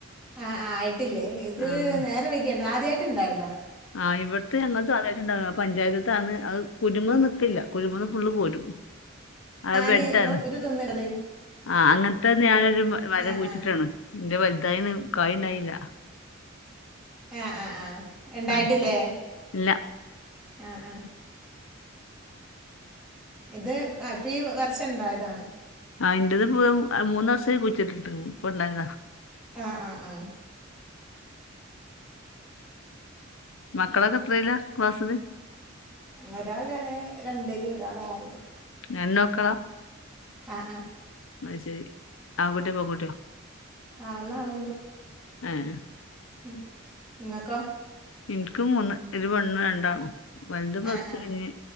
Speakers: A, in the centre; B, on the left.
A: ആഹ് അഹ് ആയ്ട്ടില്ലേ ഇത്
B: ആഹ്
A: നേര വൈകിയണ്ട ആദ്യട്ട് ഇണ്ടായത
B: ആഹ് ഇവ്ട്ത്ത ഞങ്ങൾത് ആദ്യട്ട്ണ്ടാക പഞ്ചായത്ത്ത്താണ് അത് കുരുമ നിക്കില്ല കുരുമന്ന് ഫുള്ള് പോരും അത്
A: ഞാന്
B: ബെഡാണ്
A: ഞങ്ങൾ കുരു തിന്ന്ടതെ
B: ആഹ് അങ്ങൻത്തെന്നെ ഞാനൊര് മ മരം
A: ആ ആ
B: കുഴ്ച്ച്‌ട്ട്ണ്.
A: ആ
B: ഇന്റത് വല്തായിണ് കായ് ഇണ്ടായീല്ല.
A: ഏഹ് ആഹ് ആഹ് ഇണ്ടായ്ട്ടില്ലേ?
B: അത് ഇല്ല
A: ആഹ് ആഹ്. ഇത് ആഹ് ഇപ്പീ വർഷം ഇണ്ടായതാണ്.
B: ആഹ് ഇന്റതിപ്പം മൂന്ന് വർഷായി കുഴ്ച്ച്‌ട്ട്ണ്ട്. ഇപ്പണ്ടായതാ.
A: ആഹ് ആഹ് ആഹ്.
B: മക്കളൊക്കെ എത്രേലാ ക്ലാസ്സ്ല്?
A: ഒരാൾ ലേ രണ്ട്ല് ഒരാൾ ആറ്ല്.
B: രണ്ട് മക്കളാ?
A: ആഹ് ആഹ്.
B: അയ്ശരി. ആങ്കുട്ടിയോ പെങ്കുട്ടിയോ?
A: ആ ഒന്നാണും
B: ഏഹ്.
A: ഉം ഇങ്ങക്കോ?
B: ഇൻക്ക് മൂന്ന് ഒര് പെണ്ണ് രണ്ടാണും. വല്ത് പ്ലസ്
A: ആ
B: ടു
A: ആ
B: കയ്ഞ്ഞ്.